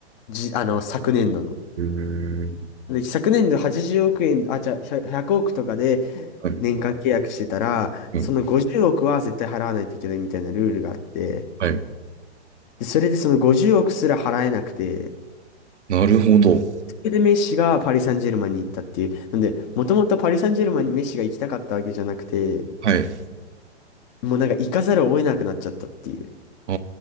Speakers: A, on the left; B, on the right.
A: じ、あの、昨年度の。
B: えー、
A: で、昨年度80億円、あ、じゃあ、100億とかで
B: はい、
A: 年間契約してたら、
B: うん、
A: その50億は絶対払わないといけないみたいなルールがあって、
B: はい。
A: で、それでその50億すら払えなくて、
B: なるほど。
A: それでメッシがパリ・サンジェルマンに行ったっていう。なんで、もともとパリ・サンジェルマンにメッシが行きたかったわけじゃなくて、
B: はい。
A: もうなんか行かざるを得なくなっちゃったっていう。
B: あ